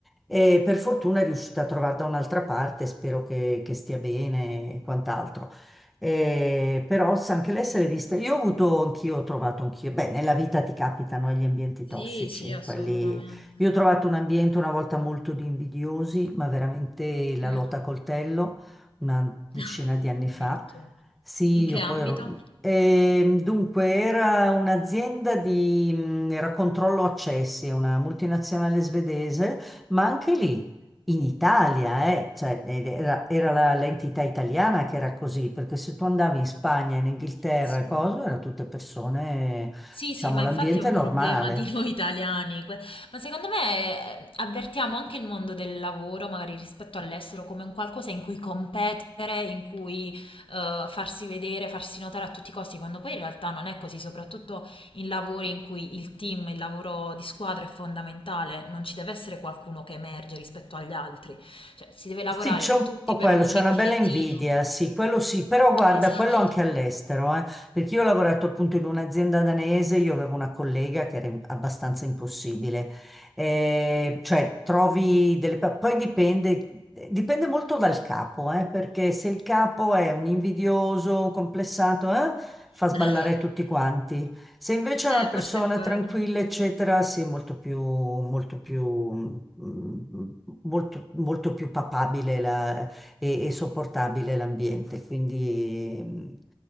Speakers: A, in the centre; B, on the left.
A: E per fortuna è riuscita a trovare da un'altra parte, spero che, che stia bene e quant'altro. Eh, però sa- anche lei se l'è vista. Io ho avuto anch'io, ho trovato anch'io. Beh, nella vita ti capitano gli ambienti
B: Sì,
A: tossici,
B: sì, assolutamente.
A: quelli. Io ho trovato un ambiente una volta molto di invidiosi, ma veramente la
B: Mm.
A: lotta a coltello, una decina
B: <laughs>
A: di anni
B: addirittura.
A: fa. Sì,
B: In che
A: io
B: ambito?
A: poi ero. Ehm, dunque, era un'azienda di, mh, era controllo accessi, una multinazionale svedese, ma anche lì in Italia, eh, cioè, ed era, era la- l'entità italiana che era così, perché se tu andavi in Spagna, in Inghilterra
B: Sì.
A: e cose, erano tutte persone,
B: Sì,
A: diciamo,
B: sì, ma infatti
A: l'ambiente
B: è un
A: normale.
B: problema di noi italiani. Que- Ma secondo me eh, avvertiamo anche il mondo del lavoro, magari rispetto all'estero, come un qualcosa in cui competere, in cui eh, farsi vedere, farsi notare a tutti i costi, quando poi in realtà non è così, soprattutto in lavori in cui il team, il lavoro di squadra è fondamentale, non ci deve essere qualcuno che emerge rispetto agli altri, cioè si deve lavorare
A: Sì, c'è un
B: tutti
A: po'
B: per
A: quello,
B: un
A: c'è
B: unico
A: una
B: obiettivo.
A: bella invidia, sì, quello sì, però guarda,
B: Esatto.
A: quello anche all'estero, eh, perché io ho lavorato appunto in un'azienda danese, io avevo una collega che era im- abbastanza impossibile, eh, cioè trovi delle... pa- poi dipende, dipende molto dal capo, eh, perché se il capo è un invidioso, un complessato, eh, fa sballare
B: <laughs>
A: tutti quanti, se invece
B: Eh,
A: è una persona
B: forse è quello.
A: tranquilla, eccetera, sì, molto più, molto più, mm, molto, molto più papabile la- e, e sopportabile l'ambiente. Quindi, mm,